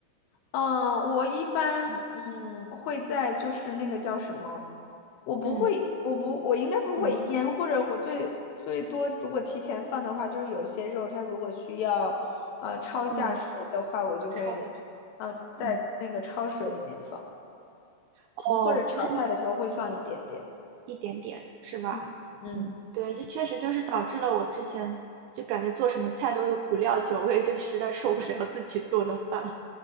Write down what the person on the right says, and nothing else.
嗯
嗯
嗯
嗯，
炒的，
嗯哦，
就是。一点点，是吧？
嗯，对，这确实就是导致了我之前就感觉做什么菜都有股料酒味，就实在受不了自己做的饭。